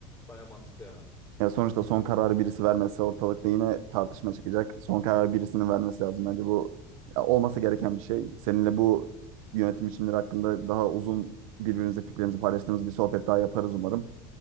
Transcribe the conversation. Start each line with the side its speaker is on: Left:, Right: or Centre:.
Left: Baya mantıklı yani.
Right: Yani sonuçta son kararı birisi vermezse ortalıkta yine tartışma çıkacak. Son kararı birisinin vermesi lazım. Bence bu ya, olması gereken bir şey. Seninle bu yönetim biçimleri hakkında daha uzun birbirimizle fikrimizi paylaştığımız bir sohbet daha yaparız umarım.